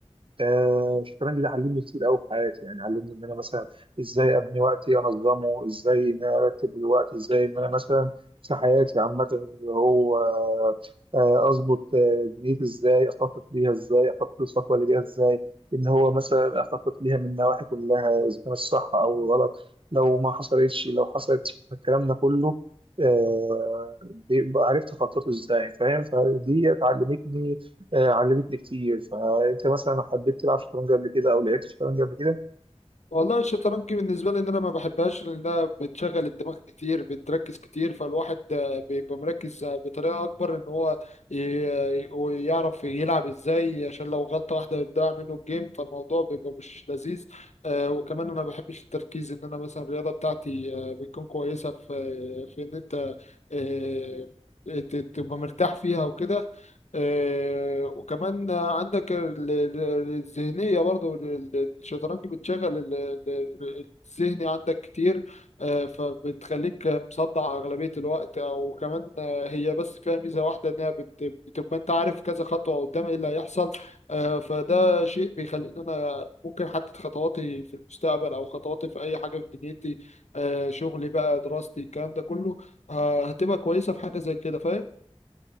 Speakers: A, on the right; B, on the left.
A: آه، الشطرنج ده علمني كتير قوي في حياتي يعني علمني ان انا مثلا ازاي ابني وقتي انظمه ازاي ان انا ارتب الوقت ازاي ان انا مثلا في حياتي عامه اللي هو آه، آه، اظبط آه، دنيتي ازاي اخطط ليها ازاي اخطط للخطوه اللي جايه ازاي ان هو مثلا اخطط ليها من النواحي كلها اذا كان الصح او الغلط لو ما حصلتش لو حصلت الكلام ده كله آه، بيبقى عرفت اخططه ازاي فاهم فدي علمتني آه، علمتني كتير فانت مثلا حبيت تلعب شطرنج قبل كده او لعبت شطرنج قبل كده
B: والله الشطرنج بالنسبة لي إن أنا ما بحبهاش لأنها بتشغل الدماغ كتير بتركز كتير فالواحد آه، بيبقى مركز آه، بطريقة أكبر إن هو ي- ويعرف يلعب إزاي عشان لو غلطة واحدة بتضيع منه الجيم فالموضوع بيبقى مش لذيذ آه، وكمان أنا ما بحبش التركيز إن أنا مثلا الرياضة بتاعتي آه، بتكون كويسة في في إن أنت آه، ت- تبقى مرتاح فيها وكده آه، وكمان عندك ال- ال- الذهنية برضو ال- الشطرنج بتشغل ال- ال- الذهني عندك كتير آه، فبتخليك مصدع أغلبية الوقت أو كمان آه، هي بس فيها ميزة واحدة إنها بت- بتبقى أنت عارف كذا خطوة قدام إيه اللي هيحصل آه، فده شيء بيخليني أنا ممكن أحدد خطواتي في المستقبل أو خطواتي في أي حاجة في دنيتي آه، شغلي بقى دراستي الكلام ده كله آه، هتبقى كويسة في حاجة زي كده فاهم